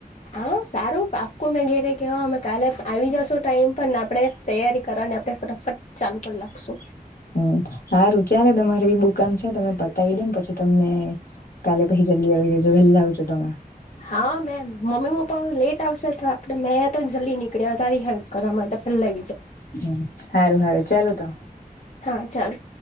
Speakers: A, on the left (about 50°); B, on the left (about 75°).
A: હા સારું પાક્કુ મેં ઘેરે કેવા અમે કાલે આવી જશો ટાઈમ પર ને આપડે તૈયારી કરવા ને આપણે ફટાફટ ચાલુ કર લાખશું.
B: હમ્મ હારું ચાલો તમારે બી બુક કામ છે તમે પતાવી દેમ પછી તમને કાલે પહી જલ્દી આવી રેજો વલ્લા આવજો તમે.
A: હા મેમ મમ્મી પપ્પા લેટ આવશે. તો આપડે મેં તો જલ્દી નીકરી આવા તારી હેલ્પ કરવા માટે પહેલા
B: હમ્મ હારું હારું ચાલો તો
A: હા ચાલ